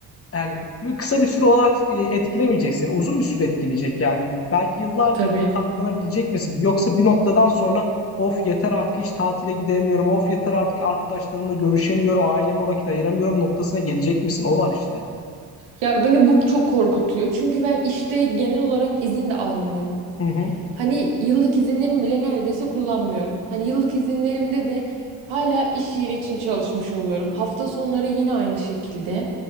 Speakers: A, on the left (about 30°); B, on the right (about 70°).
A: yani bir- kısa bir süre olarak e, etkilemeyecek seni. Uzun bir süre etkileyecek yani. Belki yıllarca
B: Tabii.
A: bunu katlanabilecek misin? Yoksa bir noktadan sonra Of yeter artık hiç tatile gidemiyorum. Of yeter artık arkadaşlarımla görüşemiyorum. Aileme vakit ayıramıyorum noktasına gelecek misin? O var işte.
B: Ya beni bu çok korkutuyor. Çünkü ben işte genel olarak izin de almıyorum.
A: Hı hı.
B: Hani yıllık izinlerim bile neredeyse kullanmıyorum. Hani yıllık izinlerimde de hala iş yeri için çalışmış oluyorum. Hafta sonları yine aynı şekilde.